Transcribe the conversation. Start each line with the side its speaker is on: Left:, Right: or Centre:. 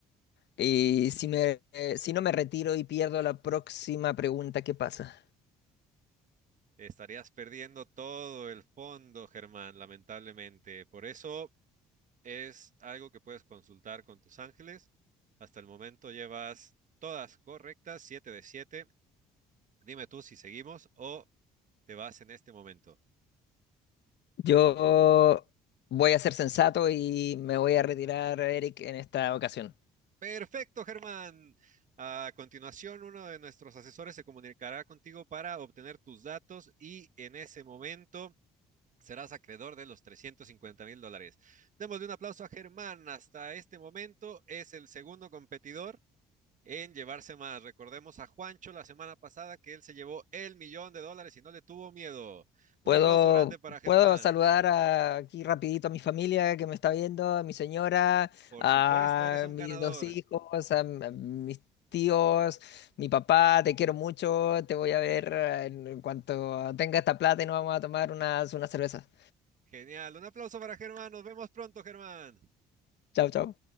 Left: Y si me, eh, si no me retiro y pierdo la próxima pregunta, ¿qué pasa?
Right: Estarías perdiendo todo el fondo, Germán, lamentablemente. Por eso Es algo que puedes consultar con tus ángeles. Hasta el momento llevas todas correctas, 7 de 7. Dime tú si seguimos o te vas en este momento.
Left: Yo voy a ser sensato y me voy a retirar, Eric, en esta ocasión.
Right: Perfecto, Germán. A continuación, uno de nuestros asesores se comunicará contigo para obtener tus datos y en ese momento serás acreedor de los trescientos cincuenta mil dólares. Démosle un aplauso a Germán. Hasta este momento es el segundo competidor en llevarse más. Recordemos a Juancho la semana pasada que él se llevó el millón de dólares y no le tuvo miedo. Un
Left: Puedo,
Right: aplauso grande para Germán.
Left: puedo saludar a- aquí rapidito a mi familia que me está viendo, a mi señora,
Right: Por
Left: a
Right: supuesto, eres un
Left: mis
Right: ganador.
Left: dos hijos, a, m- a mis tíos, mi papá, te quiero mucho, te voy a ver eh, en en cuanto tenga esta plata y nos vamos a tomar unas, unas cervezas.
Right: Genial. Un aplauso para Germán. Nos vemos pronto, Germán.
Left: Chao, chao.